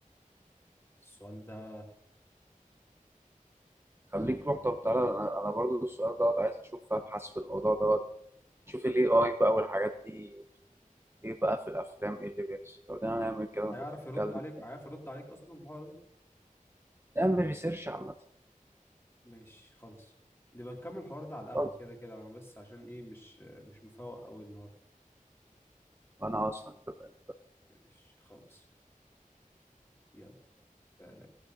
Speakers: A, on the left; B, on the right.
A: السؤال ده
B: خليك روح طب تعالى أنا أنا برضو السؤال دوت عايز أشوف أبحث في الموضوع دوت شوف ال AI بقى والحاجات دي إيه بقى في الأفلام إيه اللي بيحصل لو جينا نعمل كده ونبقى
A: هيعرف
B: نتكلم
A: يرد عليك
B: تاني
A: هيعرف يرد عليك اصلا في الحوار ده
B: نعمل ريسيرش عامة
A: ماشي خلص نبقى نكمل الحوار ده على القهوة
B: طيب
A: كده كده انا بس عشان ايه مش مش مفوق قوي النهارده
B: أنا أصلا كده
A: ماشي خلص يلا سلام